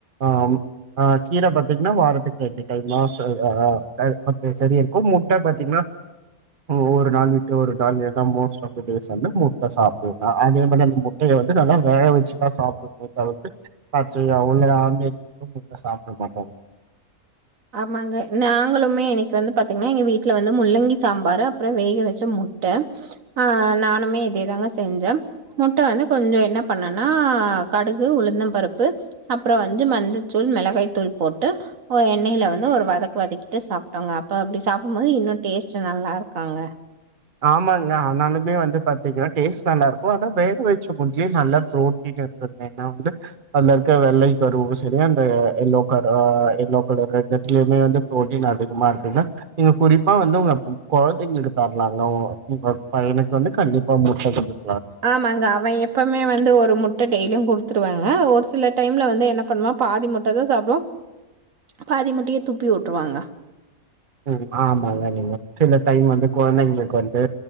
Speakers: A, on the right; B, on the right.
A: ஆம் ஆ கீர பாத்தீங்கன்னா வாரத்துக்கு ரெண்டு டைம் தா சரி ஆ செடியிருக்கு முட்ட பாத்தீங்கன்னா ஓ ஒரு நாள் விட்டு ஒரு நாள் எத மோஸ்ட் ஆஃப் த டேஸ் வந்து முட் சாப்டுவோங்க அதே மாரி அந்த முட்டைய வந்து நல்லா வேக வச்சுதா சாப்டுவோமே தவிர்த்து பச்சயா உள்ள ஆம்லெட் சாப்ட மாட்டோங்க
B: ஆமாங்க நாங்களுமே எனக்கு வந்து பாத்தீங்கன்னா எங்க வீட்ல வந்து முள்ளங்கி சாம்பாரு அப்பறோ வேக வச்ச முட் ட்ட ஆ நானுமே இதே தாங்க செஞ்சே முட்ட வந்து கொஞ்சோ என்ன பண்ணேன்னா கடுகு உளுந்தம் பருப்பு அப்றோ வந்து மஞ்சத்தூள் மிளகாய் தூள் போட்டு ஒரு எண்ணையில வந்து ஒரு வதக்கு வதக்கிட்டு சாப்ட்டோங்க அப்ப அப்டி சாப்டும்போது இன்னு டேஸ்ட்டு நல்லாருக்குங்க
A: ஆமாங்க ஆனாலு இங்கயே வந்து பாத்தீங்கனா டேஸ்ட் நல்லாருக்கு ஆனா வேக வச்சு முட்டலயே நல்லா ப்ரோட்டீன் இருக் ட நா வந்து அதுல இருக்க வெள்ளையு கருவு செரியா அந்த எல்லோ கலர் ஆ எல்லோ கலர்ல ரெண்ட்த்துலயுமே வந்து ப்ரோட்டீன் அதிகமா இருக்குங்க நீங்க குறிப்பா வந்து ஒங்க கொழந்தைகளுக்கு தர நாங்க ஒங் <unintelligible> பையனுக்கு வந்து கண்டிப்பா முட்ட குடுத்
B: ஆமாங்க அவ எப்வுமே வந்து ஒரு முட் ட டெய்லியு குடுத்துருவங்க ஒரு சில டைம்ல வந்து என்ன பண்வா பாதி முட்டதா சாப்டுவா பாதி முட்டய துப்பிவுட்ருவாங்க
A: ம் ஆமா அதலா இல்லிங்க சில டைம் வந்து கொழந்தைங்களுக்கு வந்து